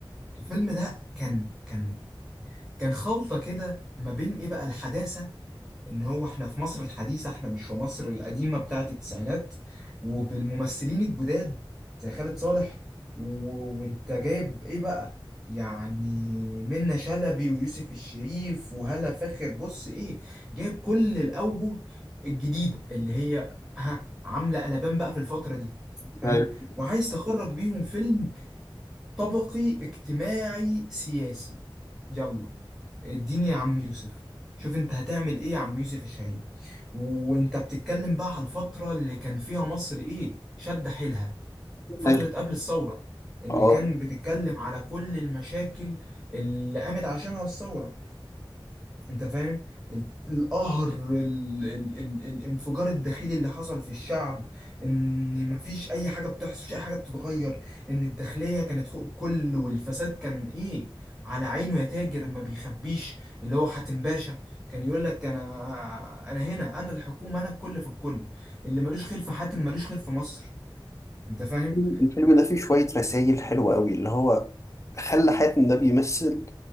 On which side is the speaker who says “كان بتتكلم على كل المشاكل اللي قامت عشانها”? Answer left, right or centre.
Centre